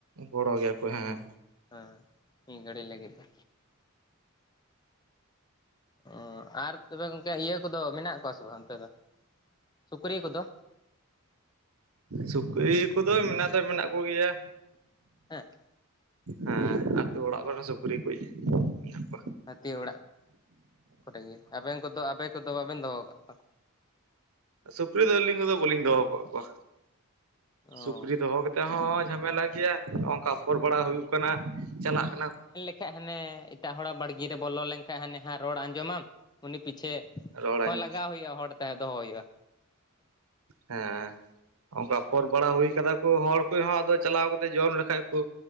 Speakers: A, on the right (about 80°); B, on the left (about 20°).
A: ᱜᱚᱲᱚ ᱜᱮᱭᱟᱠᱚ ᱦᱮᱸ
B: ᱦᱮᱸ ᱢᱤᱫ ᱜᱟᱹᱟᱹᱲ ᱞᱟᱹᱜᱤᱫ ᱫᱚ, ᱚ ᱟᱨ ᱛᱚᱵᱮ ᱜᱚᱝᱠᱮ ᱤᱭᱟᱹ ᱠᱚᱫᱚ ᱢᱮᱱᱟᱜ ᱠᱚᱣᱟ ᱥᱮ ᱵᱟᱝ ᱚᱱᱛᱮ ᱫᱚ ᱥᱩᱠᱨᱤ ᱠᱚᱫᱚ,
A: ᱥᱩᱠᱨᱤ ᱠᱚᱫᱚ ᱢᱮᱱᱟᱜ ᱫᱚ ᱢᱮᱱᱟᱜ ᱠᱚᱜᱮᱭᱟ,
B: ᱦᱮᱸ
A: ᱦᱮᱸ ᱟᱛᱩ ᱚᱲᱟᱜ ᱠᱚᱨᱮ ᱦᱚᱸ ᱥᱩᱠᱨᱤ ᱠᱚ ᱢᱮᱱᱟᱜ ᱠᱚ
B: ᱦᱟᱹᱛᱤ ᱚᱲᱟᱜ ᱠᱚᱨᱮ ᱜᱮ ᱟᱵᱮᱱ ᱠᱚᱫᱚ ᱟᱵᱮᱱ ᱠᱚᱫᱚ ᱵᱟᱵᱮᱱ ᱫᱚᱦᱚ ᱟᱠᱟᱫ ᱠᱚᱣᱟ,
A: ᱥᱩᱠᱨᱤ ᱫᱚ ᱟᱹᱞᱤᱧ ᱠᱚᱫᱚ ᱵᱟᱹᱞᱤᱧ ᱫᱚᱦᱚ ᱟᱠᱟᱫ ᱠᱚᱣᱟ
B: ᱚ
A: ᱥᱩᱠᱨᱤ ᱫᱚᱦᱚ ᱛᱮᱫ ᱛᱮᱦᱚᱸ ᱡᱷᱟᱢᱮᱞᱟ ᱜᱮᱭᱟ ᱱᱚᱜᱝᱠᱟ ᱚᱯᱷᱚᱨ ᱵᱟᱲᱟ ᱦᱩᱭᱩᱜ ᱠᱟᱱᱟ ᱪᱟᱞᱟᱜ ᱠᱟᱱᱟ
B: ᱮᱠᱷᱟᱡ ᱦᱟᱱᱮ ᱮᱴᱟᱜ ᱦᱚᱲᱟᱜ ᱵᱟᱲᱜᱮ ᱵᱚᱞᱚ ᱞᱮᱱᱠᱷᱟᱡ ᱦᱟᱱᱮ ᱦᱟᱸ ᱨᱚᱲ ᱟᱸᱡᱚᱢᱟᱢ ᱩᱱᱤ ᱯᱤᱪᱷᱮ
A: ᱨᱚᱲᱟᱹᱧ
B: ᱦᱚᱸ ᱞᱟᱜᱟᱣ ᱦᱩᱭᱩᱜᱼᱟ ᱦᱚᱲ ᱛᱟᱦᱮᱸ ᱫᱚᱦᱚ ᱦᱩᱭᱩᱜᱼᱟ
A: ᱦᱮᱸ ᱚᱱᱠᱟ ᱟᱯᱷᱚᱚᱨ ᱵᱟᱲᱟ ᱦᱩᱭ ᱠᱟᱫᱟ ᱠᱚ ᱦᱚᱲ ᱠᱚᱦᱚ ᱟᱫᱚ ᱪᱟᱞᱟᱣ ᱠᱟᱛᱮᱜ ᱡᱚᱢ ᱞᱮᱠᱷᱟᱡ ᱠᱚ,